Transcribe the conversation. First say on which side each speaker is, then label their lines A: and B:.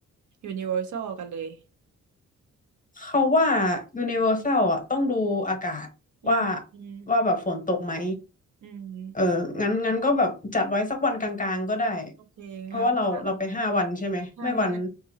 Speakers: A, on the right (about 65°); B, on the left (about 25°).
A: Universal กันเลย
B: เขาว่า Universal อ่ะต้องดูอากาศว่า
A: อืมอืม
B: ว่าแบบฝนตกไหม
A: อืม
B: เอองั้นงั้นก็แบบจัดไว้สักวันกลางๆก็ได้
A: โอเคงั้นถ้า
B: เพราะว่าเราเราไปห้าวันใช่ไหมไม่วัน
A: ใช่งั้น